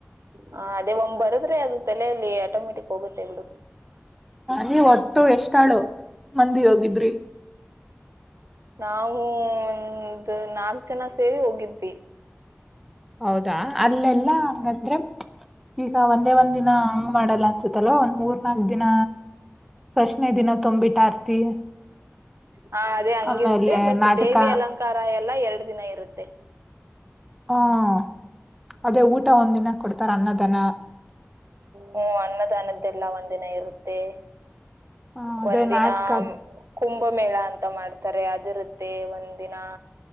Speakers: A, on the right; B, in the centre.
A: ಹ ಅದೇ ಒಮ್ಮೆ ಬರದ್ರೆ ಅದು ತಲೆಯಲ್ಲಿ ಆಟೋಮೆಟಿಕ್ ಹೋಗುತ್ತೆ ಬಿಡು
B: ನೀವ್ ಒಟ್ಟು ಎಷ್ಟಾಳು ಮಂದಿ ಹೋಗಿದ್ರಿ
A: ನಾವು ಒಂದು ನಾಕ್ ಜನ ಸೇರಿ ಹೋಗಿದ್ವಿ
B: ಹೌದಾ ಅಲ್ಲೆಲ್ಲ ಹಂಗಂದ್ರೆ ಈಗ ಒಂದೇ ಒಂದ ದಿನ ಹಂಗ ಮಾಡಲ್ಲ ಅನ್ಸುತ್ತಲ್ಲವ ಮೂರ್ನಾಲ್ ದಿನ ಫಸ್ನೇ ದಿನ ತೊಂಬಬಿಟ್ಟ ಆರ್ತಿ
A: ಹ ಅದೇ ಹಂಗಿರುತ್ತೆ
B: ಆಮೇಲೆ
A: ಬಟ್
B: ನಾಟಕ
A: ದೇವಿ ಅಲಂಕಾರ ಎಲ್ಲಾ ಎರಡು ದಿನ ಇರುತ್ತೆ
B: ಹ್ಮ ಅದೇ ಊಟ ಒಂದಿನ ಕೊಡ್ತಾರ ಅನ್ನದಾನ
A: ಹ ಅ ನದ್ದೆಲ್ಲ ಒಂದಿನ ಇರುತ್ತೆ
B: ಹ ಅದೇ
A: ಒಂದಿನ
B: ನಾಟಕದ
A: ಕುಂಭಮೇಳ ಅಂತ ಮಾಡ್ತಾರೆ ಅದಿರುತ್ತೆ ಒಂದ ದಿನ